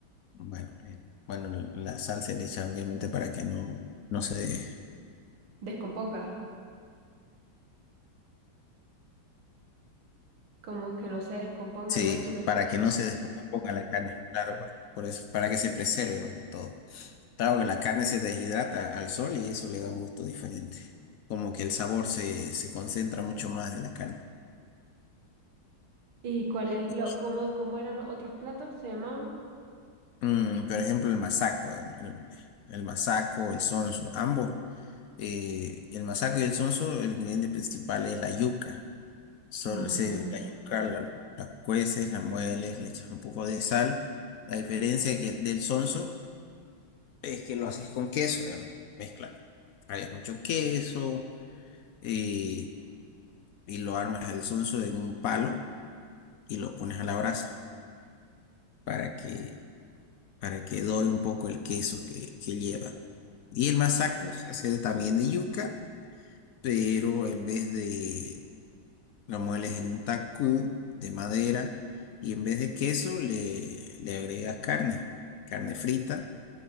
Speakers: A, on the left; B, on the right.
A: Bueno, eh, bueno, la sal se le echa obviamente para que no, no se,
B: Descomponga, como que no se descomponga,
A: sí,
B: algo así, ¿no?
A: para que no se descomponga la carne, claro, pa- por eso, para que se preserve más que todo. Claro que la carne se deshidrata al sol y eso le da un gusto diferente. Como que el sabor se, se concentra mucho más de la carne.
B: ¿Y cuál es
A: Y,
B: lo, cómo, cómo eran los otros platos? ¿Se llamaban?
A: mm, por ejemplo, el masaco, dame, el, el masaco, el sonso, ambos. eh, el masaco y el sonso, el ingrediente principal es la yuca. Solo
B: Mm,
A: se, la yuca la, la cueces, la mueles, le echas un poco de sal. La diferencia que, del sonso es que lo haces con queso, digamos, mezcla. Hay mucho queso. eh, y lo armas el sonso en un palo y lo pones a la brasa para que, para que dore un poco el queso que, que lleva. Y el masaco se hace de- también de yuca, pero en vez de lo mueles en un tacú de madera y en vez de queso le, le agregas carne, carne frita,